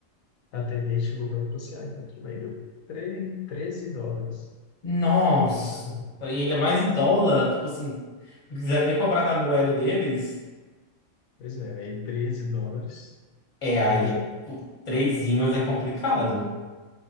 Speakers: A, on the left (about 85°); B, on the left (about 35°).
A: a atendente chegou para mim e falou assim: ah, então tudo bem, deu tre- 13 dólares.
B: Nossa.
A: Aí eu falei, tá,
B: E ainda mais em dólar, tipo assim, não quiseram nem cobrar na moeda deles.
A: pois é, aí 13 dólares,
B: É,
A: eu.
B: aí é por três imãs é complicado.